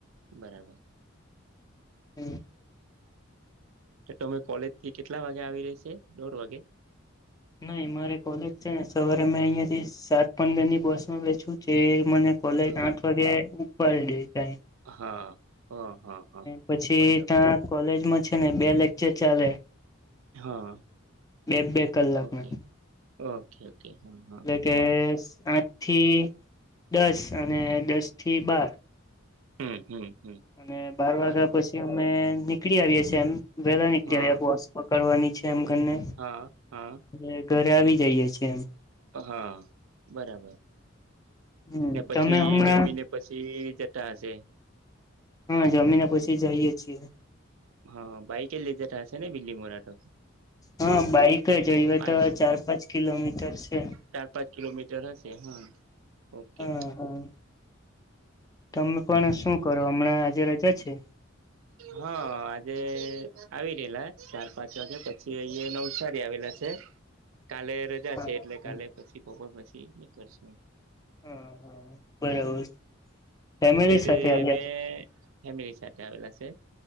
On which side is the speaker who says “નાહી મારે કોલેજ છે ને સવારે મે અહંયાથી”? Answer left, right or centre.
Left